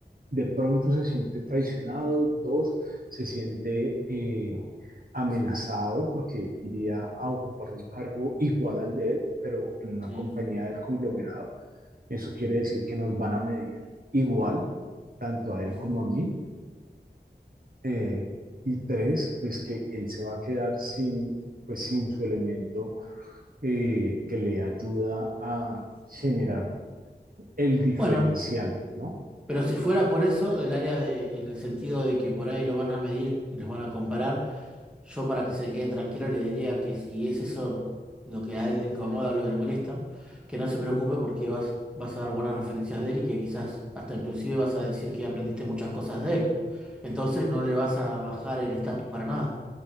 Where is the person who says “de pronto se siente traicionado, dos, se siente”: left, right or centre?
Right